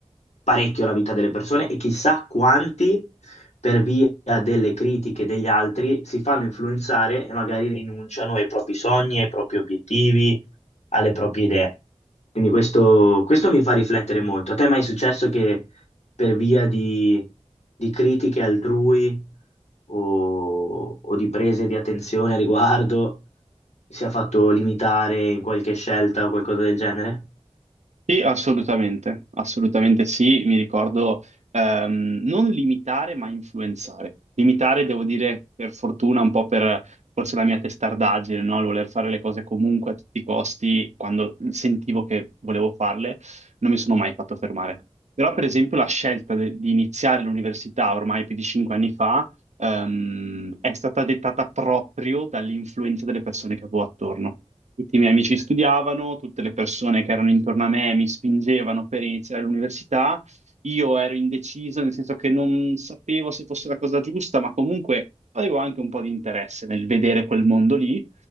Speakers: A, on the left; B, on the right.
A: parecchio la vita delle persone e chissà quanti, per via delle critiche degli altri, si fanno influenzare e magari rinunciano ai propri sogni, ai propri obiettivi, alle proprie idee. Quindi questo, questo mi fa riflettere molto. A te è mai successo che per via di, di critiche altrui o, o di prese di attenzione a riguardo sia fatto limitare in qualche scelta o qualcosa del genere?
B: Sì, assolutamente, assolutamente sì, mi ricordo ehm, non limitare ma influenzare. Limitare, devo dire, per fortuna, un po' per forse la mia testardaggine, no? Il voler fare le cose comunque a tutti i costi, quando sentivo che volevo farle, non mi sono mai fatto fermare. Però, per esempio, la scelta de- di iniziare l'università ormai più di cinque anni fa ehm, è stata dettata proprio dall'influenza delle persone che avevo attorno. Tutti i miei amici studiavano, tutte le persone che erano intorno a me mi spingevano per iniziare l'università. Io ero indeciso, nel senso che non sapevo se fosse la cosa giusta, ma comunque avevo anche un po' di interesse nel vedere quel mondo lì.